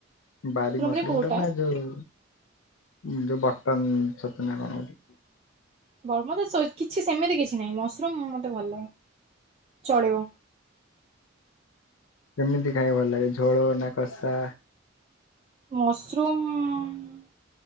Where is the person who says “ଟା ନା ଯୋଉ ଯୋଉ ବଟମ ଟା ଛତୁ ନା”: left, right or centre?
Left